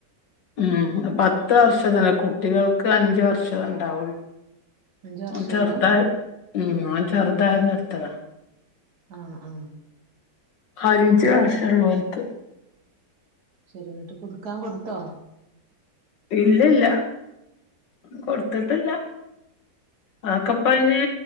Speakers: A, on the left (about 70°); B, on the right (about 60°).
A: ഉം പത്ത് വർഷത്തിലല്ല കുട്ടികൾക്ക് അഞ്ച് വർഷെ ഇണ്ടാവുള്ളൂ
B: അഞ്ച് വർഷള്ളൂ
A: ഓന് ചെറുതായി ഉം ഓന് ചെറുതായന്ന് എടുത്തതാ
B: ആ ആ
A: അഞ്ച് വർഷള്ളു ഓല്ക്ക്
B: ശരി എന്നിട്ട് പുതുക്കാൻ കൊടുത്തോ
A: ഇല്ലില്ല കൊടുത്തിട്ടില്ല ആ ഒക്കപ്പയിന്